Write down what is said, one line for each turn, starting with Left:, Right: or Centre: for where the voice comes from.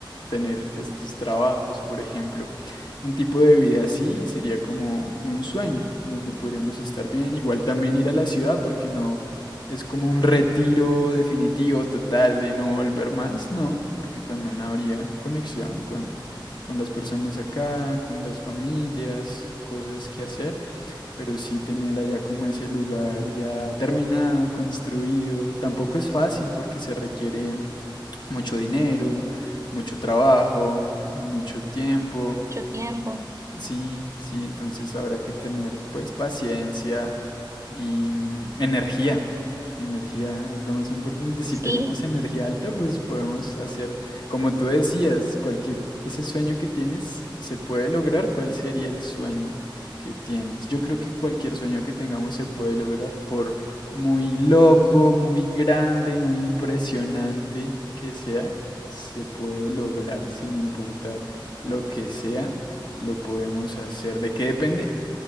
Left: tener estos trabajos, por ejemplo. Un tipo de vida así sería como un sueño, donde podríamos estar bien. Igual también ir a la ciudad, porque no es como un retiro definitivo, total, de no volver más, no, porque también habría conexión con, con las personas acá, con las familias, cosas que hacer pero sí tener allá como ese lugar ya terminado, construido. Tampoco es fácil porque se requiere mucho dinero, mucho trabajo, mucho tiempo.
Right: Mucho tiempo.
Left: Sí, sí, entonces habrá que tener pues paciencia y mm, energía. Energía es lo más importante. Si
Right: Sí,
Left: tenemos energía alta, pues podemos hacer, como tú decías, cualquier, ese sueño que tienes se puede lograr. ¿Cuál sería el sueño que tienes? Yo creo que cualquier sueño que tengamos se puede lograr, por muy loco, muy grande, muy impresionante que sea, se puede lograr sin importar lo que sea, lo podemos hacer. ¿De qué depende?